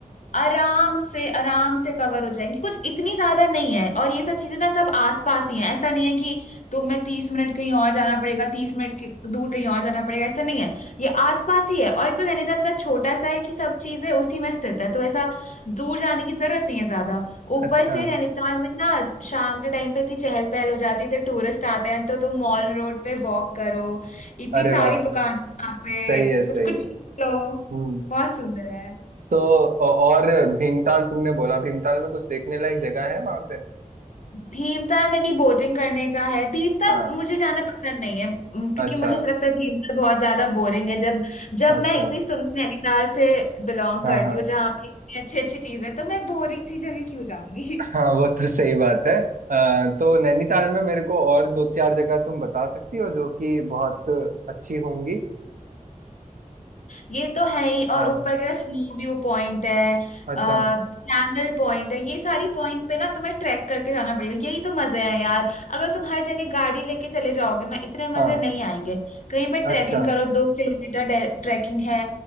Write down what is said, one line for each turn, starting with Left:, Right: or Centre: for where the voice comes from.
Left: आराम से आराम से कवर हो जाएंगी कुछ इतनी ज्यादा नहीं है और ये सब चीजें ना सब आसपास ही हैं ऐसा नहीं है कि तुम्हें तीस मिनट कहीं और जाना पड़ेगा तीस मिनट के दूर कहीं और जाना पड़ेगा ऐसा नहीं है ये आसपास ही है और एक तो नैनीताल इतना छोटा सा है कि सब चीजें उसी में स्थित है तो ऐसा दूर जाने की जरूरत नहीं है ज्यादा ऊपर
Right: अच्छा
Left: से नैनीताल में ना शाम के टाइम पे इतनी चहल पहल हो जाती है तो टूरिस्ट आते हैं तो तुम मॉल रोड पे वॉक करो इतनी
Right: अरे
Left: सारी
Right: वाह
Left: दुकान वहाँ पे
Right: सही है
Left: कुछ
Right: सही
Left: कुछ
Right: है
Left: चीज़ लो
Right: हम्म
Left: बहुत सुंदर है
Right: तो औ- और भीमताल तुमने बोला भीमताल में कुछ देखने लायक जगह है वहां पे
Left: भीमताल में भी बोटिंग करने का है भीमताल
Right: हाँ
Left: मुझे जाना पसंद नहीं है उम, क्योंकि
Right: अच्छा
Left: मुझे ऐसा लगता है भीमताल बहुत ज्यादा बोरिंग है जब जब
Right: अच्छा
Left: मैं इतनी सुंदर नैनीताल से बिलोंग
Right: हाँ
Left: करती
Right: हाँ
Left: हूँ जहाँ पे इतनी अच्छी अच्छी चीजें तो मैं बोरिंग सी जगह क्यों जाऊंगी
Right: हाँ
Left: <laughs>
Right: वो तो सही बात है अ, तो नैनीताल में मेरे को और दो चार जगह तुम बता सकती हो जो कि बहुत अच्छी होंगी
Left: ये तो है ही और
Right: हाँ
Left: ऊपर का स्नो व्यू पॉइंट है
Right: अच्छा
Left: आ, कैमल पॉइंट है ये सारी पॉइंट पे ना तुम्हें ट्रैक करके जाना पड़ेगा यही तो मजे हैं यार अगर तुम हर जगह गाड़ी लेके चले जाओगे ना इतने मजे
Right: हाँ
Left: नहीं आएंगे कहीं पे ट्रैकिंग
Right: अच्छा
Left: करो दो किलोमीटर ट्रैकिंग है